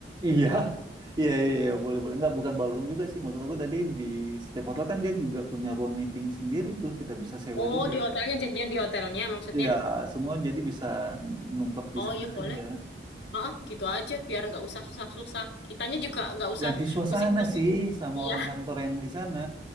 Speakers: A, on the right (about 25°); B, on the left (about 75°).
A: Iya,
B: Gimana?
A: <laughs> iya, iya, iya, boleh, boleh. Nggak, bukan ballroom juga sih. Maksud aku tadi di setiap hotel kan dia juga punya ruang meeting sendiri tuh. Kita bisa sewa
B: Oh,
A: juga.
B: di hotelnya janjian di hotelnya maksudnya.
A: Iya, semua jadi bisa numplak
B: Oh
A: di sana
B: iya boleh.
A: aja.
B: Heeh, gitu aja biar nggak usah susah-susah. Kitanya juga nggak usah
A: ganti suasana
B: pusing-pusing.
A: sih sama
B: Iya,
A: orang kantor yang di sana